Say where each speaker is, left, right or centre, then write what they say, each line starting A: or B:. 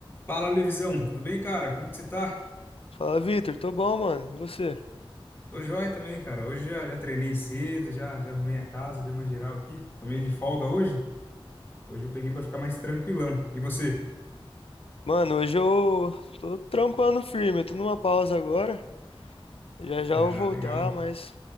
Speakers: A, on the left (about 25°); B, on the left (about 75°).
A: Fala, Levisão, tudo bem, cara? Como que você tá?
B: Fala, Vitor, tô bom, mano. E você?
A: Tô joia também, cara. Hoje já, já treinei cedo, já, já arrumei a casa, dei uma geral aqui. Tô meio de folga hoje. Hoje eu peguei pra ficar mais tranquilão. E você?
B: Mano, hoje eu tô trampando firme, eu tô numa pausa agora. Já já
A: Ah,
B: eu vou voltar,
A: legal.
B: mas